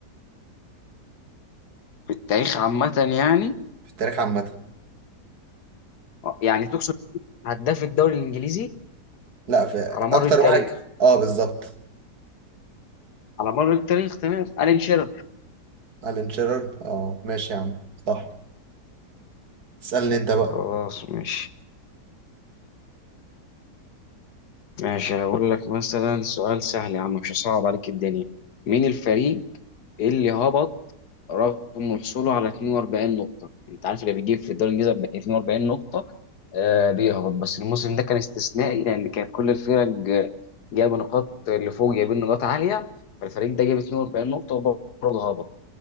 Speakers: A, on the left; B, on the right.
A: في التاريخ عامة يعني
B: في التاريخ عامة
A: يعني تقصد هداف الدوري الانجليزي
B: لا في
A: على مر
B: أكتر
A: التاريخ
B: واحد أه بالظبط
A: على مر التاريخ تمام الين شير
B: ألان شيرر أه ماشي يا عم صح اسألني أنت بقى
A: خلاص ماشي ماشي هقول لك مثلا سؤال سهل يا عم مش هصعب عليك الدنيا مين الفريق اللي هبط رغم حصوله على 42 نقطة انت عارف اللي بيجيب في الدوري الانجليزي ب 42 نقطة آه بيهبط بس الموسم ده كان استثنائي لان كانت كل الفرق آه، جايبه نقاط اللي فوق جايبين نقاط عالية فالفريق ده جاب 42 نقطة وبرضه هبط